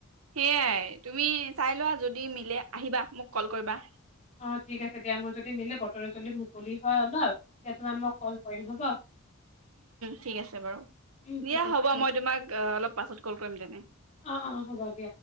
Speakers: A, on the right; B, on the left.
A: সেয়াই তুমি চাই লোৱা যদি মিলে আহিবা মোক কল কৰিবা।
B: অ ঠিক আছে দিয়া মই যদি মিলি বতৰে যদি মুকলি হয় অলপ। তোমাক মই কল কৰিম হ'ব।
A: ঠিক আছে বাৰু
B: উম,
A: দিয়া
B: ঠিক আছে
A: হ'ব মই তোমাক অলপ পাছত কল কৰিম তেনে
B: অ', অ' হ'ব দিয়া।